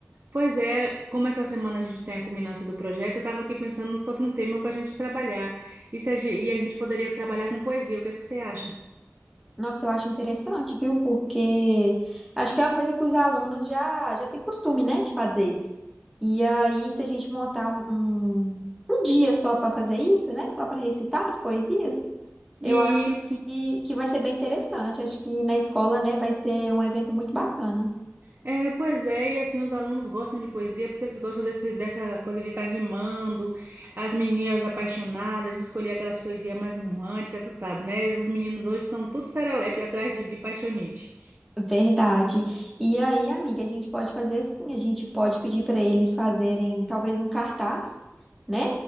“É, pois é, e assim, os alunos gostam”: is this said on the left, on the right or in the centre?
Right